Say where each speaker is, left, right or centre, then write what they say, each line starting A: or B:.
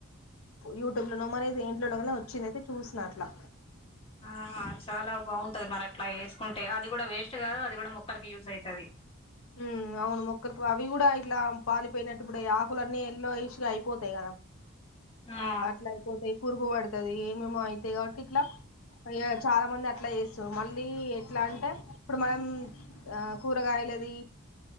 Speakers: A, on the left; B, on the left.
A: యూట్యూబ్ లోనో మరి దేంట్లోనో వచ్చిందయితే చూసిన అట్లా
B: ఆ చాలా బాగుంటది మరి అట్లా వేసుకుంటే అది కూడా వేస్ట్ కాదు అది కూడా మొక్కలకు యూజ్ అయితది
A: ఉ అవును మొక్కర్కి అవి కూడా ఇలా పాలిపోయినట్టు కూడా యా ఆకులన్నీ ఎల్లో ఇష్గా అయిపోతాయి కదా
B: ఆ
A: అట్లా అయిపోతేయి పురుగు పడుతుది ఏమేమో అయితే కాబట్టి ఇట్లా అయ చాలా మంది అట్లా వే సిర్రు మళ్ళీ ఎట్లా అంటే ఇప్పుడు మనం కూరగాయలది